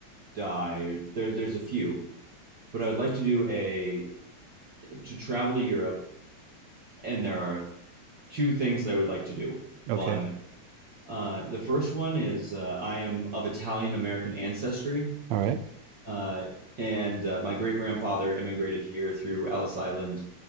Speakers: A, on the right; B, on the right.
A: die, or there there's a few, but I would like to do a to travel to Europe, and there are two things that I would like to do while
B: Okay.
A: I'm Uh, the first one is uh, I am of Italian American ancestry,
B: All right.
A: uh, and uh, my great grandfather immigrated here through Ellis Island